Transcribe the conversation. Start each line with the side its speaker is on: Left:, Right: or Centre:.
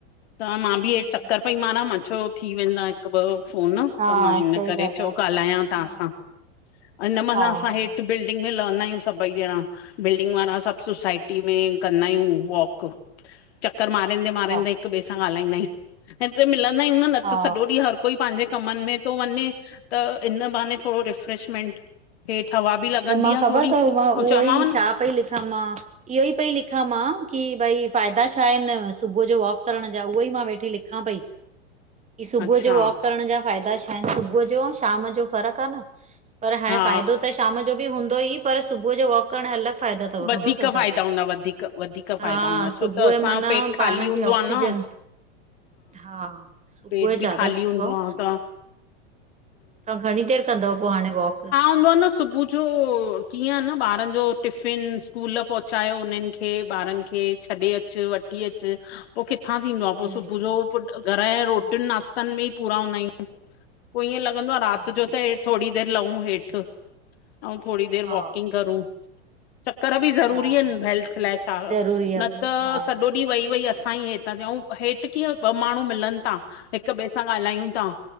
Left: त मां
Right: हम्म,
Left: बि इएं चक्कर पई मारां, मां चयो थी वेंदा हिकु ॿ फ़ोन त
Right: हा
Left: मां हिन
Right: सही
Left: करे
Right: ॻाल्हि
Left: चयो ॻाल्हायां तव्हां
Right: आ
Left: सां। ऐं न माना
Right: हा हा
Left: असां हेठि
Right: हा
Left: बिल् दिन में लहंदा आहियूं सभई ॼणा, बिल्डिंग वारा सभु सोसाइटी में कंदा आहियूं वॉक। चक्कर मारंदे
Right: अच्छा
Left: मारंदे हिक ॿिए सां ॻाल्हाईंदा आहियूं, हिते मिलंद आहियूं न
Right: हा
Left: त सॼो ॾींहुं हर कोई पंहिंजे कमनि में तो वञे त इन बहाने थोड़ो रिफ्रेशमेंट हेठ हवा बि लॻंदी
Right: त मां
Left: आ
Right: ख़बर
Left: थोड़ी
Right: तव,
Left: ऐं
Right: मां उहो
Left: चयोमांव
Right: ई
Left: न
Right: छा पई लिखां मां? इहो ई पई लिखां मां की भई फ़ाइदा छा आहिनि? सुबुह जो वॉक करण जा उहे ई मां वेठी लिख खां पई। की सुबुह
Left: अच्छा
Right: जो वॉक करण जा फ़ाइदा छा आहिनि? सुबुह जो अऊं शाम जो फ़र्कु आ न पर हाणे
Left: हा
Right: फाइदो त शाम जो बि हूंदो ई, पर सुबुह जो वॉक करणु अलॻि फायदा तव
Left: वधीक
Right: खबर तव तव्हांखे,
Left: फ़ाइदा हूंदा वधीक वधीक
Right: हा
Left: फ़ाइदा हूंदा
Right: सुबह
Left: छो त असांजो
Right: जो माना
Left: पेट ख़ाली
Right: पाण
Left: हूंदो
Right: खे आक्सीजन
Left: आ न
Right: हा सुबुह
Left: पेट
Right: जो
Left: बि
Right: ज्यादा
Left: ख़ाली
Right: सुठो
Left: हूंदो
Right: आ।
Left: त
Right: तव्हां घणी देरि कंदव पो हाणे वॉक?
Left: स्कूल हुन्दों आ न सुबह जो किअं आ न ॿारनि जो टिफ फिन, स्कूल पहुचायो उन्हनि खे ॿारनि खे छॾे अचु वठी अचु। पो किथां थींदो आ
Right: हम्म
Left: पो सुबुह जो घर जे रोटियुनि
Right: हा
Left: नाश्तनि में ई पूरा हूंदा आहियूं। पो ईअं लॻंदो आ राति
Right: हा
Left: जो त हे थोड़ी देर लऊं हेठ ऐं थोड़ी देर
Right: हा
Left: वॉकिंग करूं। करण बी जरूरी
Right: हा
Left: आहिन हेल्थ लाए छा?
Right: ज़रूरी आहे
Left: न
Right: भई
Left: त
Right: हा
Left: सॼो ॾीहं वेई- वेई असांई हे ता थियऊं, हेठि कीअं ॿ माण्हू मिलनि ता हिक ॿिए सां ॻाल्हायूं ता।